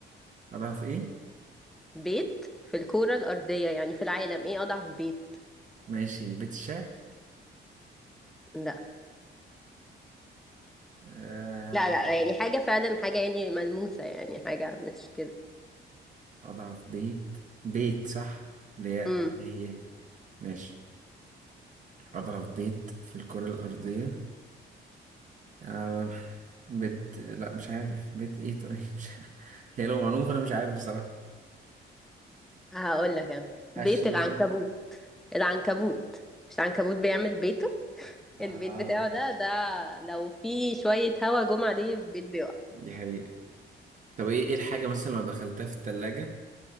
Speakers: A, on the right; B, in the centre.
A: اضعف ايه
B: بيت في الكرة الأرضية يعني في العالم ايه أضعف بيت
A: ماشي بيت الشعر
B: لا
A: آه،
B: لا لا يعني حاجة فعلا حاجة يعني ملموسة يعني حاجة مش كده
A: اضعف بيت بيت صح ليه
B: امم
A: ليه ماشي اضعف بيت في الكره الارضيه آه، بيت لا مش عارف بيت ايه طيب مش... <laughs> هي لو معلومه فانا مش عارف بصراحه
B: هقول لك انا
A: قش
B: بيت
A: مثلا
B: العنكبوت العنكبوت مش العنكبوت بيعمل بيته
A: اه
B: البيت بتاعه ده ده لو في شوية هوا جم عليه البيت بيقع
A: دي حقيقة طب ايه ايه الحاجة مثلا لو دخلتها في التلاجة